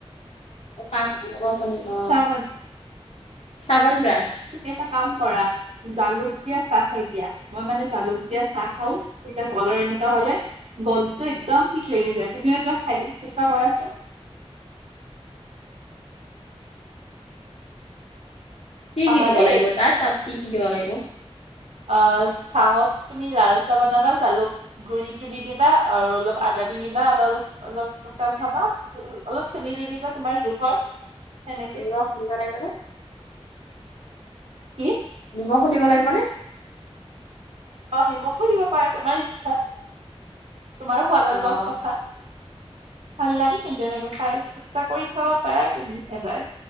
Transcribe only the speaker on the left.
<unintelligible>
চাবান ব্ৰাছ
কি
কি দিব
লাগিব তাত? তাত কি কি দিব লাগিব?
নিমখ দিব লাগিব নে
নিমখো দিব লাগিব নে?
অ